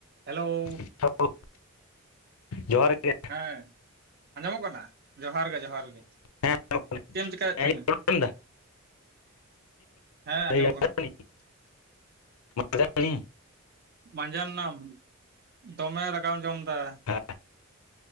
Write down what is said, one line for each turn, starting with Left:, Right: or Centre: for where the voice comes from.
Right: Hello
Left: <unintelligible> ᱡᱚᱦᱟᱨ ᱜᱮ
Right: ᱦᱮᱸ ᱟᱸᱡᱚᱢᱚᱜ ᱠᱟᱱᱟ ᱡᱚᱦᱟᱨ ᱜᱮ ᱡᱚᱦᱟᱨ ᱜᱮ
Left: ᱦᱮᱸ
Right: ᱪᱮᱫ ᱮᱢ ᱪᱮᱠᱟᱭᱮᱫ
Left: ᱡᱚᱢ
Right: ᱛᱟᱦᱮᱱᱟ ᱦᱮᱸ ᱟᱸᱡᱚᱢᱚᱜ
Left: <inaudible>
Right: ᱠᱟᱱᱟ ᱢᱟᱡᱟᱱ ᱱᱟᱢ ᱫᱚᱢᱮ ᱫᱟᱠᱟᱢ ᱡᱚᱢ ᱫᱟ
Left: ᱦᱮᱸ